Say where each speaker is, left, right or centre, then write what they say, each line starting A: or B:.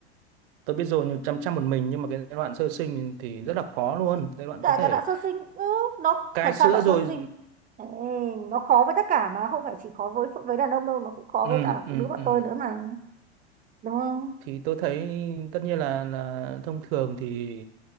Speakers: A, on the right; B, on the right.
A: tôi biết rồi nhưng chăm chăm một mình nhưng mà cái giai đoạn sơ sinh thì rất là khó luôn giai đoạn
B: kể
A: có thể
B: cả đoạn sơ sinh ừ, nó
A: cai
B: thật
A: sữa
B: sao đoạn
A: rồi
B: sơ sinh Ê, nó khó với tất cả mà không phải chỉ khó với với đàn ông đâu nó cũng khó
A: ừ,
B: với cả phụ
A: ừ,
B: nữ bọn
A: ừ.
B: tôi nữa mà đúng không
A: thì tôi thấy tất nhiên là là thông thường thì